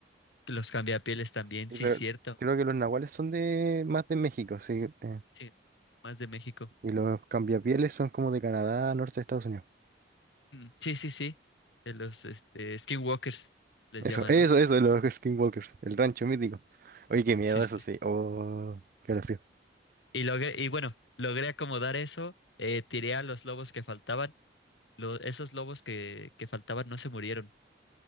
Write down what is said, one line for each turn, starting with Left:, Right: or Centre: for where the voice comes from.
Left: Que Los cambiapieles también,
Right: Sí,
Left: sí,
Right: pero
Left: cierto.
Right: creo que los nahuales son de más de México, sí. eh,
Left: Sí, más de México.
Right: Y los cambiapieles son como de Canadá, norte de Estados Unidos.
Left: Mm, Sí, sí, sí. De los este, skinwalkers les
Right: Eso,
Left: llaman,
Right: eso,
Left: ¿no?
Right: eso, de los skinwalkers, el rancho mítico. Oye, qué miedo
Left: Sí, sí.
Right: eso, sí. Oh, qué frío.
Left: Y, logré, y bueno, logré acomodar eso, eh, tiré a los lobos que faltaban. Lo- esos lobos que, que faltaban no se murieron.